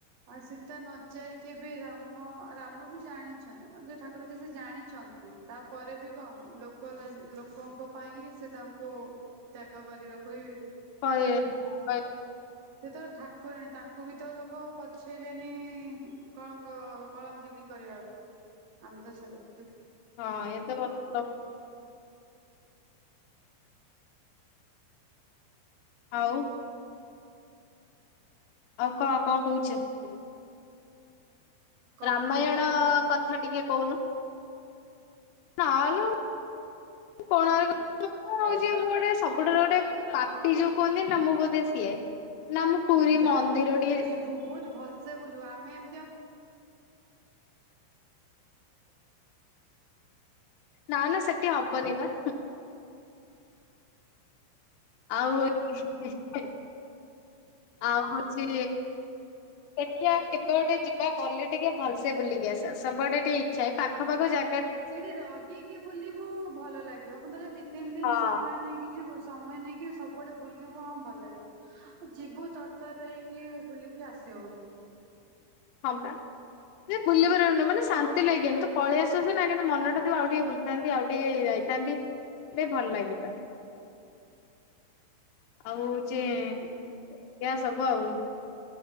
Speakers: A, on the right (about 80°); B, on the left (about 80°).
A: ଆସିଚି। ସୀତା ନ ଯାଇକି ବି ରାମ ରାମ ବି ଜାଣିଛ ଯେ ଠାକୁର ଯ ସେ ଜାଣିଛନ୍ତି ତାପରେ ବି କଣ ଲୋକ ଲୋକଙ୍କ ପାଇଁ ହିଁ ସେ ତାଙ୍କୁ ତ୍ୟାଗ କରିବାକୁ ହି
B: <unintelligible>
A: ଯେତେବେଳେ ଠା କୁରାଣୀ ତାଙ୍କୁ ବି ତ ଲୋକ ପଛେଇଲେନି କଳଙ୍କ କଳଙ୍କିନୀ କରିବାକୁ ଆମ ତ ଛାଡ
B: ହଁ ଏଇ ତ ଆଉ ଆଉ କଣ କଣ କହୁଛ? ହୁଁ।
A: କୋଣାର୍କ
B: ରାମାୟଣ
A: ଯାଇଥିଲୁ
B: କଥା ଟିକେ କହୁନୁ। ନା ଲୋ କୋଣାର୍କ ମୁଁ ହଉଚି ମୁଁ ଗୋଟେ ସବୁଠାରୁ ଗୋଟେ ପାପି ଯୋଉ କୁହନ୍ତିନି। ମୁ ବୋଧେ ସିଏ ନା ମୁଁ ପୁରୀ
A: ଯାଇନୁ
B: ମନ୍ଦିର ଟିକେ
A: ତୁ ଯିବୁ ବହୁତ ଭଲସେ ବୁଲିବୁ ଆମେ <unintelligible>
B: ନା ନା ସେଠି ହବନି ବା ଆଉ ହଉଛି ଉଁ ଉଁ ଉଁ ଆଉ ହଉଛି ଦେଖିବା କେତେବେଳେ ଗୋଟେ ଯିବା ଗଲେ ଟିକେ ଭଲସେ ବୁଲିକି ଆସିବା ସବୁଆଡେ ଟିକେ ଇଚ୍ଛା ଏଇ ପାଖ ପାଖ ଯା
A: ସେଇଠି ରହିକି ବୁଲିବୁ ଭଲ ଲାଗିବ ଦି ତିନି ଦିନ
B: ହଁ
A: ସମୟ ନେଇକିଛି ଯିବୁ ସମୟ ନେଇକି ସବୁଆଡେ ବୁଲିବୁ ହଁ ଭଲ ଲାଗିବ। ଯିବୁ ତରତରରେ ହେଇକି ବୁଲିକି ଆସି ହଉନି।
B: ହଁ ପା ଯେ ବୁଲି ପାରିବନି ମାନେ ଶାନ୍ତି ଲାଗିବନି ତୁ ପଳେଇ ଆସୁ ନା କିନ୍ତୁ ମନ ଟା ତ ଆଉ ଟିକେ ବୁଲିଥାନ୍ତି ଆଉ ଟିକେ ଯାଇଥାନ୍ତି ତ ଭଲ ଲାଗିଥାନ୍ତି ଆଉ ଚେ।
A: ହୁଁ।
B: ଏଇଆ ସବୁ ଆଉ